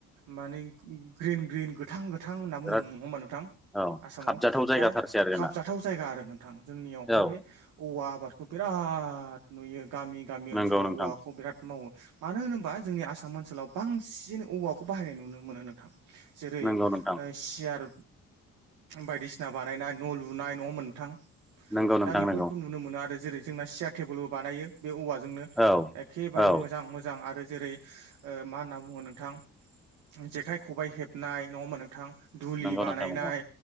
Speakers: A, on the right; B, in the centre.
A: माने ग्रिन ग्रिन गोथां गो थां होनना
B: बिराद
A: बुङो होमबा नोंथां
B: औ
A: आसामाव
B: खाबजाथाव जायगाथारसै
A: दा
B: आरो जोंना
A: खाबजाथाव जायगा आरो नों थां जोंनियावहाय
B: औ
A: बे औवा आबादखौ बिराद नुयो। गामि गामि
B: नंगौ
A: ओनसोलाव
B: नोंथां
A: औवाखौ बिराद मावो। मानो होनोबा जोंनि आसाम ओनसोलाव बांसिन औवाखौ बाहायनाय नुनो मोनो नोंथां। जेरै
B: नंगौ
A: ओ
B: नोंथां
A: सियार बायदिसिना बानायनाय न' लुनाय नङा होमबा नोथां।
B: नंगौ नोंथां
A: दा बेफोरखौ
B: नंगौ
A: नुनो मोनो आरो जेरै जोंना सियार टेबोलबो बानायो बे औवा जोंनो
B: औ
A: एखेबारे
B: औ
A: मोजां मोजां। आरो जेरै ओ मा होनना बुङो नोंथां जेखाइ खबाइ हेबनाय नङा होनबा नों नोंथां दुलि
B: नंगौ
A: बानायनाय
B: नोंथां नंगौ